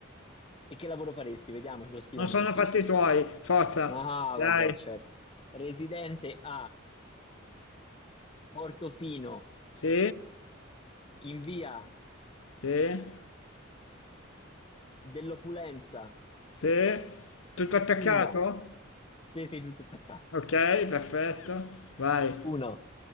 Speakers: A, on the left (about 25°); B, on the left (about 80°).
A: E che lavoro faresti? Vediamo, ce lo scriviamo
B: Non sono
A: nel CID.
B: fatti i tuoi, forza,
A: Ah,
B: dai.
A: vabbè, certo. Residente a Portofino,
B: Sì,
A: in via
B: sì,
A: dell'Opulenza
B: sì. Tutto attaccato?
A: 1. Sì, sei tutto attaccato.
B: Ok, perfetto. Vai,
A: 1.